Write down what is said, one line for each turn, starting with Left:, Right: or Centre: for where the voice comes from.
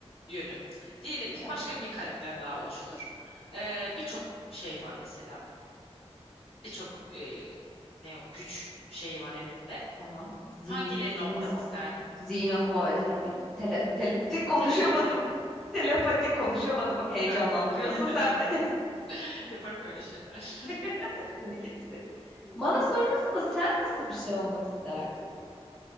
Left: yönü. Diyelim ki
Centre: Tamam,
Left: başka bir karakter daha oluştur. Ee, birçok şey var mesela. birçok e, ne o güç şeyi var elinde.
Centre: tamam. Zihin,
Left: Hangilerinin
Centre: zihin,
Left: olmasını isterdin?
Centre: zihin
Left: Hı,
Centre: okuma ve terapi. Tele, tel- Di- konuşamadım.
Left: telepati.
Centre: Telepati konuşamadım. Bak heyecanlandırıyorsun
Left: Ha. <laughs>
Centre: sen beni.
Left: Yaparım öyle şeyler.
Centre: <laughs> Seni gidi seni.
Left: <laughs>
Centre: Bana soruyorsun da sen nasıl bir şey olmak isterdin?